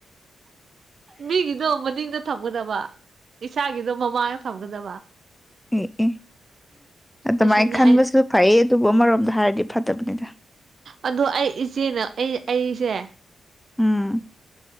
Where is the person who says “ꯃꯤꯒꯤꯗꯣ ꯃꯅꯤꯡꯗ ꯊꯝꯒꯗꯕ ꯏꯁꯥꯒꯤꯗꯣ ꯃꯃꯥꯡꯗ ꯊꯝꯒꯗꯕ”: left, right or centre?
Right